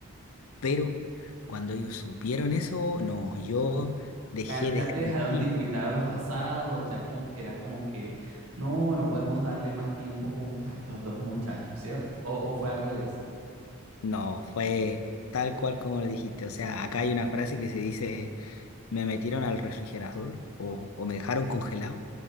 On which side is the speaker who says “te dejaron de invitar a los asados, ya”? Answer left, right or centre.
Right